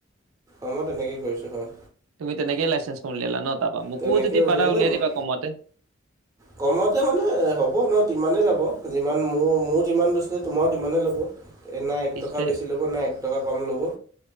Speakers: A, on the right; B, on the right.
A: আ মই তেনেকে কৰিছো হয়।
B: তুমি তেনেকে লাইচেন্সখন উলিয়ালা ন তাৰ পৰা? মোকো
A: তেনেকৈ
B: যদি
A: উলিয়ালোঁ
B: পাৰা উলিয়াই
A: মই
B: দিবা কমতে।
A: কমতে মানে হ'ব ন, তিমানে যাব যিমান মোৰ মোৰ যিমান দছিলে তোমাৰো সিমানে ল'ব। এ, ‌না এক
B: পিছে
A: টকা বেছি ল'ব নাএক টকা কম ল'ব।